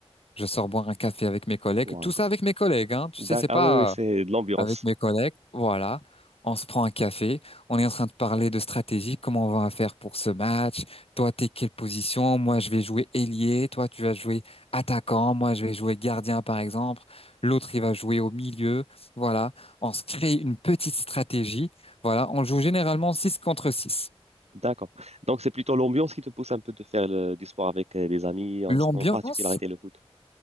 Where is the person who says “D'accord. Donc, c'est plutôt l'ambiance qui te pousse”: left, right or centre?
Right